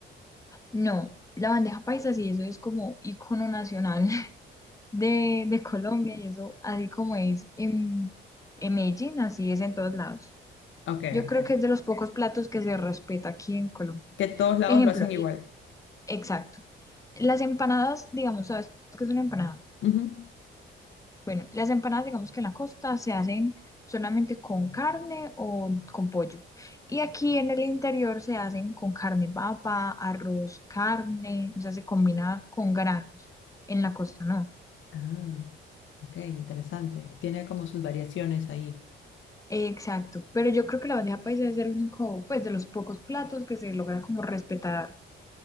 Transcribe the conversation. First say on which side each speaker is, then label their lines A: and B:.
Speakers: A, on the left (about 15°); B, on the left (about 75°).
A: No, la bandeja paisa sí, eso es como icono nacional <laughs> de, de Colombia, y eso así como es en, en Medellín, así es en todos lados.
B: Ok,
A: Yo
B: ok.
A: creo que es de los pocos platos que se respeta aquí en Colombia.
B: Que todos lados
A: Ejemplo,
B: lo hacen
A: el-
B: igual.
A: exacto. Las empanadas, digamos, ¿sabes qué es una empanada?
B: Ujú.
A: Bueno, las empanadas, digamos que en la costa se hacen solamente con carne o con pollo. Y aquí en el interior se hacen con carne papa, arroz, carne, o sea, se combina con granos. En la costa no.
B: Ah, ok, interesante. Tiene como sus variaciones ahí.
A: Exacto. Pero yo creo que la bandeja paisa es el único, pues, de los pocos platos que se logra como respetar